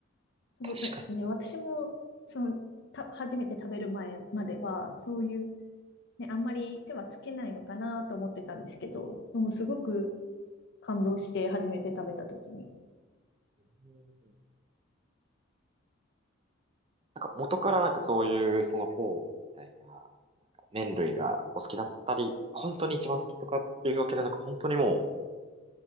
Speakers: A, on the left (about 55°); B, on the right (about 25°).
A: そうですね。
B: 確かにっす。
A: 私も、その、た、初めて食べる前までは、そういう、ね、あんまり手はつけないのかなと思ってたんですけど、もうすごく感動して初めて食べた時に。
B: うんなんか元からなんかそういうそのフォーみたいな麺類がお好きだったり、本当に一番好きとかっていうわけじゃなく、本当にもう